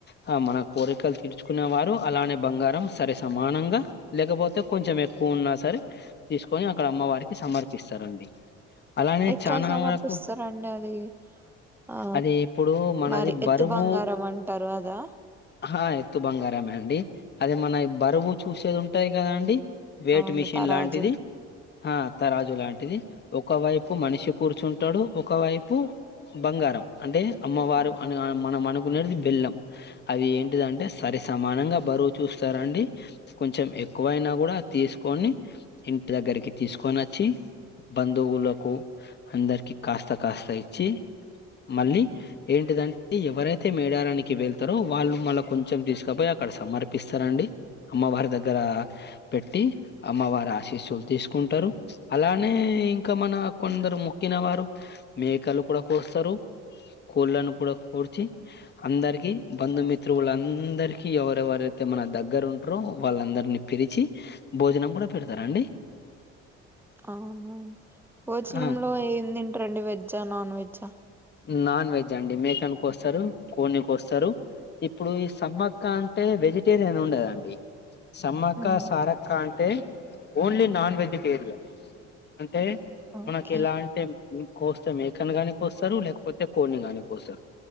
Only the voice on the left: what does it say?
హా మన కోరికలు తీర్ ర్చుకునే వారు అలానే బంగారం సరి సమానంగా లేకపోతే కొంచెం ఎక్కువ ఉన్నా సరే త్ తీసుకొని అక్కడ అమ్మవారికి సమర్పిస్తారండి. అలానే
చానా
వరకు
అది ఇప్పుడు మనది
బరువు
ఆ ఎత్తు బంగ్ కారమే అండి అదే మన బరువు చూసేది ఉంటది కదండి. వైట్
మిషిన్
లాంటిది. ఆ తరాజు లాంటిది ఒకవైపు మనిషి కూర్చుంటాడు ఒకవైపు బంగార్ రం అంటే అమ్మవారు
అని అన మనం అనుకునేటిది బెల్లం అది ఏంటిదింటే సరి సమానంగా బరువు చూస్తారండి కొంచెం ఎక్కువైనా గూడా తీసుకొని ఇం టి దగ్గరికి తీసుకొని వచ్చి బంధువులకు అందరికి కాస్త కాస్త ఇచ్చి మళ్ళీ ఏంటిదండి ఎవరైతే మేడారానికి వెళ్తారో వాళ్ళు మళ్లా కొం చెం తీసుకపోయి అక్కడ సమర్పిస్తారండి అమ్మవారి దగ్గర పెట్టి అమ్మవారి ఆస్ శీస్సులు తీసుకుంటారు అలానే ఇంకా మన కొందరు మొక్కిన వారు మేకలు కూడ కోస్తారు కోళ్ళను కూడా కోర్చి అందరికి బంధుమిత్రువులన్ అందరికి ఎవరెవరైతే మన దగ్గర ఉంటారో వాళ్ళందరినీ పిలిచి భోజనం కూడా పెడతారండి.
ఆ
నాన్ వెజ్ అండి మేకన్కోస్తారు కోడ్ని కోస్తరు ఇప్పుడు ఈ సమ్మక్క అంటే వెజిటేరియన్ ఉండేదా అండి సమ్మక్క
సారక్క అంటే ఓన్లీ నాన్ వెజిటేరియన్ అంటే
మనకి ఎలా అంటే కోస్తే మేకను గాని కోస్తారు లేకపోతే కోడ్ని గాని కోస్తారు